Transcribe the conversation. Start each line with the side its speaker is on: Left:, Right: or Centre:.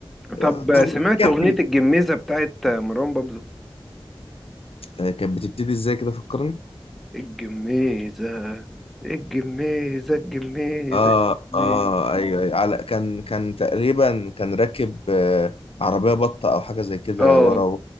Left: آه،
Centre: طب
Left: ضرب
Centre: سمعت
Left: الكاتل
Centre: أغنية الجميزة بتاعت مروان بابلو
Left: آه، كانت بتبتدي إزاي كده فكرني
Centre: الجميزة الجميزة الجميزة
Left: آه
Centre: الجميزة
Left: آه أيوه أيوه على كان كان تقريبا كان راكب آه، عربية بطة أو حاجة زي كده
Centre: اه
Left: ورا